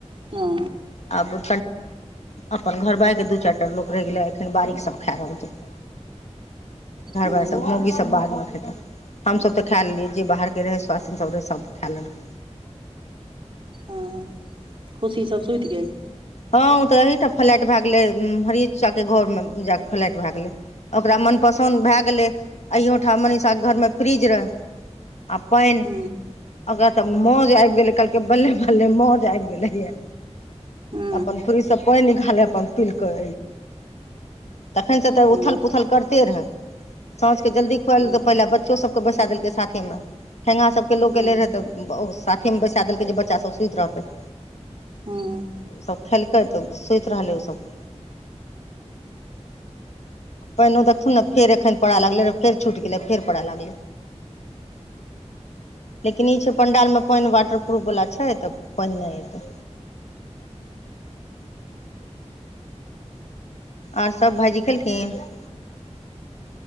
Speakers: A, on the right; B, on the left.
A: ह
B: आब <unintelligible> अपन घर बार के दू चैर टा लोक रैह गेलै एखन बारिक सब खा रहल छथि घर
A: ह
B: बार सब मौगी सब बाद मे खेतै हम सब तऽ खाए लेलियै जे बाहरके रहै स्वाथिन सभ रहै सब खाए लेलकै
A: हँ खु सब सुइत गेल
B: हँ ओ तऽ एहिठम फ्लाैट भए गेलै हरिचा के घर मे जााकऽ फ्लाैट भ गेलै ओकरा मनपंसन्द भए गेलै अहियोठाम मनीषा के घर मे फ्रिज रहै आ पैन
A: ह
B: ओकरा तऽ मौज अैब गेलेै कहलकै बल्ले -बल्ले मौज अैब गेले ये
A: ह ह
B: अपन पैन अपन पिलकै तखन से तऽ
A: ह
B: उथल -पूथल कैरते रहै साँझ के जल्दी खुआ
A: ह ह ह
B: पहिल बच्चो सबके बैसा देलकै साथे मे ठेंगा सभके लोक
A: ह ह
B: एलै
A: ह
B: रहै तऽ ओ साथे मे बैसा देलकै जे बच्चा सब सुइत रहतै
A: हूँ
B: ओ सब खेलकै तऽ सुइत रहलै उ सब पइनो देथुन न फेर एखन पड़य लगलै फेर छूटि गेलै फेर पड़य लगलै लेकिन ई छै पण्डालमे पानि वाटर प्र्रूफवला छै तऽ पानि नहि एतै आर सब भाजीखेलखिनह ‌